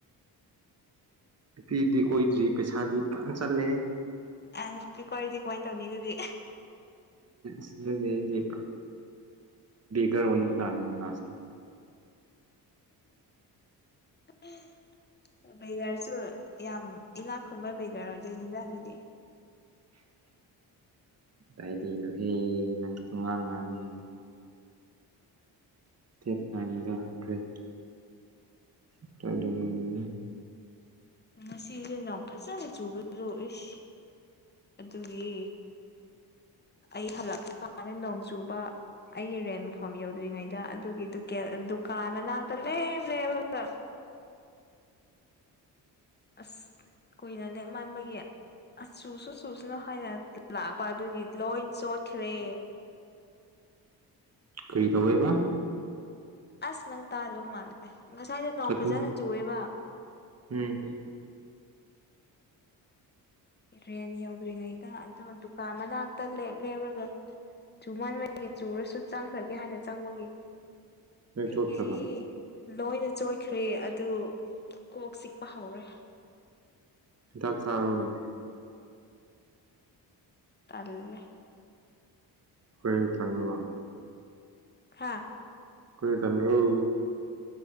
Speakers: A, on the right; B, on the left.
A: ꯅꯨꯄꯤꯗꯤ ꯀꯣꯏꯗ꯭ꯔꯤ ꯄꯩꯁꯥꯗꯤ ꯐꯖꯅ ꯆꯠꯂꯦ
B: ꯑ ꯄꯤ ꯀꯋꯥꯣꯏꯗꯤ ꯀꯃꯥꯏ ꯇꯧꯅꯤ ꯏ ꯑꯗꯨꯗꯤ
A: ꯁꯤ ꯂꯩ ꯒꯔ ꯑꯣ ꯇꯥꯔ ꯅꯥꯁꯇ
B: <unintelligible> ꯕꯦꯒꯔꯁꯨ ꯌꯥꯝ ꯏꯅꯥꯛ ꯈꯨꯟꯕ ꯕꯦꯒꯔ ꯑꯣꯏꯖꯣꯏ ꯅꯤꯖꯥꯅꯗꯤ
A: ꯑꯗꯥꯏꯗꯤ ꯅꯣꯍꯦ ꯅꯪ ꯊꯨꯡꯉꯥꯡ ꯉꯥꯡꯉꯤ ꯊꯟ ꯍꯟꯗ꯭ꯔꯦꯠ <unintelligible>
B: ꯉꯁꯤꯁꯦ ꯅꯣꯡ ꯌꯥꯝ ꯐꯖꯅ ꯆꯨꯕꯗꯣ ꯏꯁ ꯑꯗꯨꯒꯤ ꯑꯩ ꯍꯜꯂꯛꯄ ꯀꯥꯟꯗ ꯅꯣꯡ ꯆꯨꯕ ꯑꯩꯒꯤ ꯔꯦꯟ ꯃꯐꯝ ꯌꯧꯗ꯭ꯔꯤꯉꯩꯗ ꯑꯗꯨꯒꯤ ꯗꯨꯀꯥꯟ ꯃꯅꯥꯛꯇ ꯂꯦꯞ ꯂꯦꯞꯂꯒ ꯑꯁ ꯀꯨꯏꯅ ꯂꯦꯞ ꯃꯥꯟꯕꯒꯤ ꯑ ꯆꯨꯁꯨ ꯆꯨꯁꯅꯨ ꯍꯥꯏꯅ ꯂꯥꯛꯄ ꯑꯗꯨꯒꯤ ꯂꯣꯏ ꯆꯣꯠꯈꯔꯦ
A: ꯀꯔꯤ ꯇꯧꯋꯦꯕ
B: ꯑꯁ ꯅꯪ ꯇꯥꯗꯕ ꯃꯥꯜꯂꯦ ꯉꯁꯥꯏꯗꯣ ꯅꯣꯡ
A: ꯁꯥꯊꯤ
B: ꯐꯖꯅ ꯆꯨꯑꯦꯕ
A: ꯎꯝ
B: ꯔꯦꯟ ꯌꯧꯗ꯭ꯔꯤꯉꯩꯗ ꯑꯗꯣ ꯗꯨꯀꯥꯟ ꯃꯅꯥꯛꯇ ꯂꯦ ꯂꯦꯞꯔꯒ ꯆꯨ ꯃꯟꯕꯒꯤ ꯆꯨꯔꯁꯨ ꯆꯪꯈ꯭ꯔꯒꯦ ꯍꯥꯏꯅ ꯆꯪꯕꯒꯤ
A: ꯅꯣꯏ
B: ꯑꯩꯒꯤ
A: ꯆꯣꯠꯈ꯭ꯔꯕ
B: ꯂꯣꯏꯅ ꯆꯣꯏꯈ꯭ꯔꯦ ꯑꯗꯨ ꯀꯣꯛ ꯆꯤꯛꯄ ꯍꯧꯔꯦ
A: ꯍꯤꯗꯥꯛ ꯆꯥꯔꯣꯅ
B: ꯇꯜꯂꯦ
A: ꯀꯔꯤꯒꯤ ꯇꯜꯂꯤꯕ
B: ꯍꯥꯥ
A: ꯀꯥꯔꯤꯒꯤ ꯇꯜꯕꯔꯣ